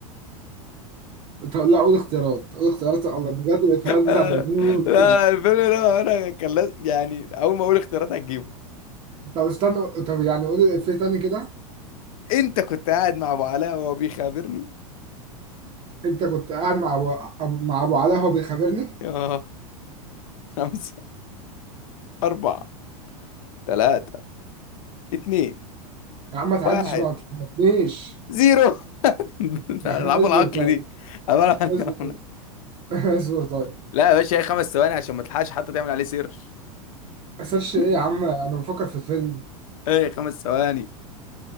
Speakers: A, on the right; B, on the left.
A: طب لا قول اختيارات قول اختيارات الله بجد الافيهات بتاعت
B: آه
A: الافلام اللي
B: لا
A: بتاع-
B: الفيلم ده أنا كان لاز- يعني أول ما أقول اختيارات هتجيبه
A: طب استنى طب يعني قول الافيه تاني كده
B: أنت كنت قاعد مع أبو علاء وهو بيخابرني
A: انت كنت قاعد مع ابو أبو- مع ابو علاء وهو بيخابرني
B: آه خمسة أربعة تلاتة اتنين
A: يا عم ما تعديش
B: واحد
A: بقى ما تخبطنيش
B: زيرو <laughs>
A: <laughs>
B: العبوا
A: اصبر
B: العقل
A: طيب
B: دي عبارة عن كلام
A: اصبر
B: ناقص.
A: <laughs> اصبر طيب
B: لا يا باشا هي خمس ثواني عشان ما تلحقش حتى تعمل عليه سيرش
A: اسيرش
B: <laughs>
A: ايه يا عم انا بفكر في الفيلم
B: ايه خمس ثواني